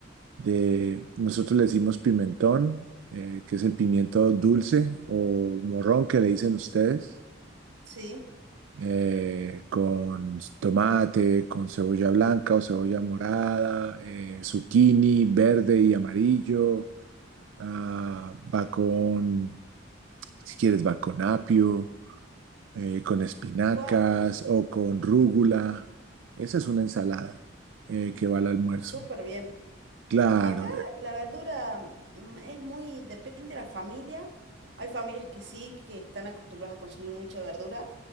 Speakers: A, on the right (about 75°); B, on the right (about 60°).
A: de- nosotros le decimos pimentón, eh, que es el pimiento dulce o morrón que le dicen ustedes,
B: Sí,
A: eh, con tomate, con cebolla blanca o cebolla morada, eh, zucchini verde y amarillo, ah, va con Si quieres va con apio, eh, con espinacas
B: ¡Fua!
A: o con rúgula. Esa es una ensalada eh, que va al almuerzo.
B: Súper bien.
A: Claro,
B: Acá
A: eh,
B: la verdura mm, es muy, depende de la familia. Hay familias que sí, que están acostumbradas a consumir mucha verdura,